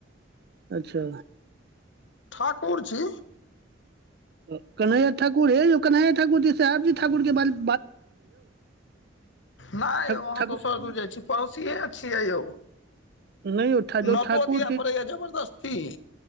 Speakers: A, on the right; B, on the left.
A: अच्छा।
B: ठाकुर छी।
A: अ कन्हैया ठाकुर हे यो कन्हैया ठाकुर जी, साहेब जी ठाकुर के बारे मे
B: नै
A: ठा
B: यौ अहाँ
A: ठाकुर
B: के उ सब दूर जाय छी। पड़ोसिये छियै यौ
A: नहि यौ जँ
B: नौतो
A: ठाकुर
B: दिया पड़ेया जबरदस्ती।